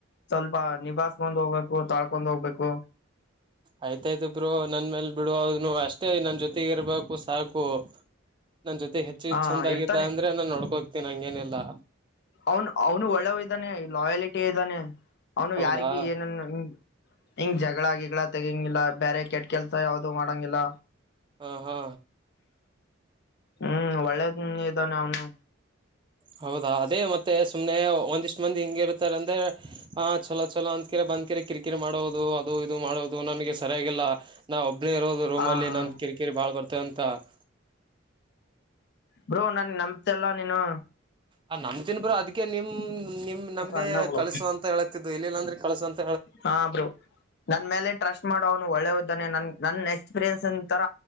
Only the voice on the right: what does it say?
ಆಯ್ತಾಯ್ತ ಬ್ರೋ ನನ್ ಮೇಲ್ ಬಿಡು ಅವ್ನು ಅಷ್ಟೇ ನನ್ ಜೊತೆಗಿರ್ಬೇಕು ಸಾಕು ನನ್ ಜೊತೆ ಹೆಚ್ಚು
ಚಂದಾಗಿದ್ದ
ಅಂದ್ರೆ ನಾನ್ ನೋಡ್ಕೋತ್ ತೀನ್ ಹಂಗೇನೆಲ್ಲಾ
ಹೌದಾ
ಹಾ ಹಾ
ಹೌದಾ ಅದೇ ಮತ್ತೆ ಸುಮ್ನೆ ಒಂದಿಷ್ಟ್ ಮಂದಿ ಹಿಂಗ ಇರ್ತಾರೆ ಅಂದ್ರೆ ಆ ಚಲೋ ಚಲೋ ಅಂದಕಿರ ಬಂದ್ಕಿರ ಕಿರಿಕಿರಿ ಮಾಡೋದು ಅದು ಇದು ಮಾಡೋದು ನನ್ಗೆ ಸರಿಯಾಗಿಲ್ಲ ನಾವು ಒಬ್ನೇ ಇರೋದು ರೂಮಲ್ಲಿ
ನಂಗ್ ಕಿರಿಕಿರಿ ಬಾಳ ಬರ್ತ ಅಂತ ತ್ತ
ಆ ನಂಬ್ತೀನ್ ಬ್ರೋ ಅದಕ್ಕೆ ನಿಮ್ ನಿಮ್ ನಿಮ್ ನಂಬೆ
ಕಳ್ಸು ಅಂತ ಹೇಳತಿದ್ದು ಇಲ್ಲಿಲ್ಲ ಅಂದ್ರೆ ಕಳ್ಸಂತ